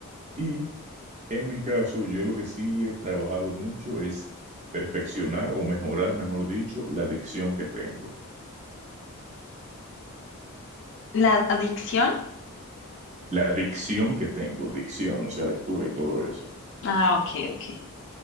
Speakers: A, on the right; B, on the left.
A: Y en mi caso, yo lo que sí he trabajado mucho es perfeccionar o mejorar, mejor dicho, la dicción que tengo.
B: ¿La adicción?
A: la dicción que tengo, dicción, o sea, lectura y todo eso.
B: Ah, ok, ok.